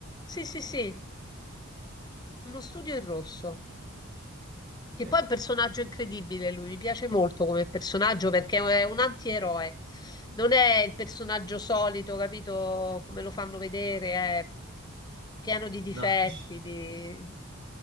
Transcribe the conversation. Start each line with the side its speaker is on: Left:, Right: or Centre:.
Left: Sì, sì, sì, Uno studio in rosso. Che
Right: Eh,
Left: poi è un personaggio incredibile, lui mi piace molto come personaggio perché è un antieroe, non è il personaggio solito, capito come lo fanno vedere, è pieno di difetti,
Right: No, dici,
Left: di...